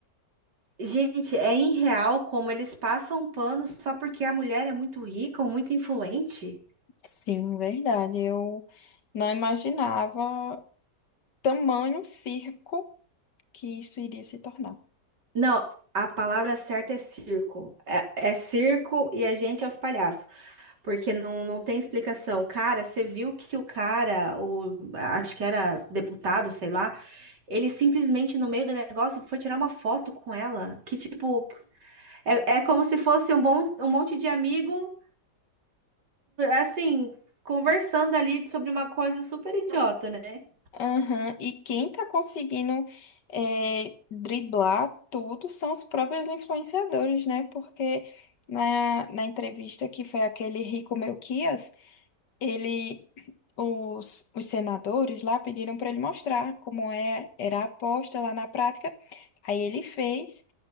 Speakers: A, on the right; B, on the left.
A: Gente, é irreal como eles passam um pano só porque a mulher é muito rica ou muito influente.
B: Sim, verdade. Eu não imaginava tamanho circo que isso iria se tornar.
A: Não, a palavra certa é circo. É, é circo e a gente é os palhaços, porque não, não tem explicação. Cara, você viu que o cara, o, acho que era deputado, sei lá, ele simplesmente no meio do negócio foi tirar uma foto com ela, que tipo, é, é como se fosse um, bom, um monte de amigo, assim, conversando ali sobre uma coisa super idiota, né?
B: Aham, E quem tá conseguindo é, driblar tudo são os próprios influenciadores, né? Porque na, na entrevista que foi aquele Rico Melquias, ele, os, os senadores lá pediram para ele mostrar como é, era a aposta lá na prática. Aí ele fez,